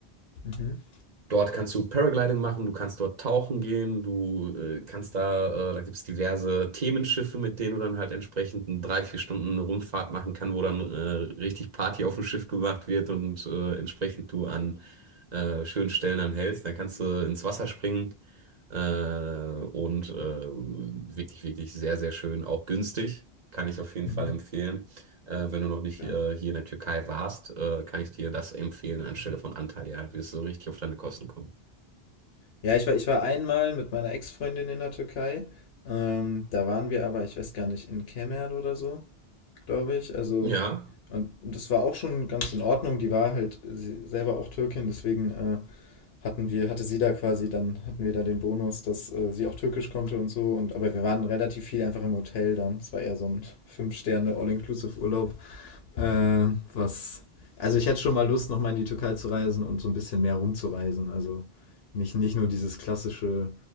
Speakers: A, on the left (about 70°); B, on the right (about 45°).
A: mhm,
B: Dort kannst du Paragliding machen, du kannst dort tauchen gehen, du äh, kannst da, äh, da gibt's diverse Themenschiffe, mit denen du dann halt entsprechend eine drei, vier Stunden eine Rundfahrt machen kann, wo dann äh, richtig Party auf dem Schiff gemacht wird und äh, entsprechend du an äh, schönen Stellen dann hältst. Dann kannst du ins Wasser springen äh, und äh, wirklich, wirklich sehr, sehr schön, auch günstig, kann ich auf jeden
A: mhm.
B: Fall empfehlen. Äh, wenn du noch nicht
A: Okay.
B: äh, hier in der Türkei warst, äh, kann ich dir das empfehlen anstelle von Antalya. Du Wirst du richtig auf deine Kosten kommen.
A: Ja, ich war, ich war einmal mit meiner Ex-Freundin in der Türkei. Ähm, da waren wir aber, ich weiß gar nicht, in Kemer oder so, glaube ich. Also,
B: Ja,
A: und das war auch schon ganz in Ordnung. Die war halt sie- selber auch Türkin, deswegen äh, hatten wir, hatte sie da quasi, dann hatten wir da den Bonus, dass äh, sie auch Türkisch konnte und so. Und, aber wir waren relativ viel einfach im Hotel dann. Es war eher so ein Fünf-Sterne All-Inclusive-Urlaub. Äh, was. Also ich hätte schon mal Lust, nochmal in die Türkei zu reisen und so ein bisschen mehr rumzureisen. Also nicht, nicht nur dieses klassische,